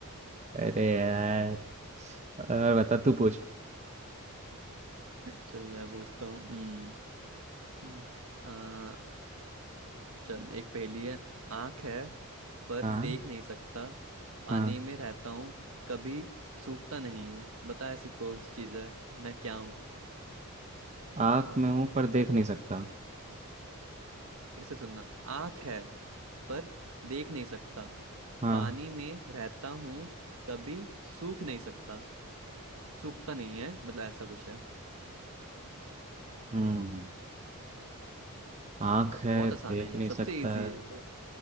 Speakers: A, on the right (about 30°); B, on the right (about 65°).
A: अरे यार और बता तू पूछ
B: चल मैं पूछता हूँ हम्म, हम्म, अ, चल एक पहेली है आंख है पर
A: हाँ
B: देख नहीं सकता पानी
A: हाँ
B: में रहता हूँ कभी सूखता नहीं हूँ बता ऐसी कौन सी चीज है मैं क्या हूँ
A: आँख में हूँ पर देख नहीं सकता
B: फिर से सुनना आंख है पर देख नहीं सकता
A: हाँ
B: पानी में रहता हूँ कभी सूख नहीं सकता सूखता नहीं है मतलब ऐसा कुछ है
A: हम्म आँख है
B: बहुत
A: देख
B: आसान है ये
A: नहीं
B: सबसे
A: सकता
B: इजी
A: है
B: है ये तो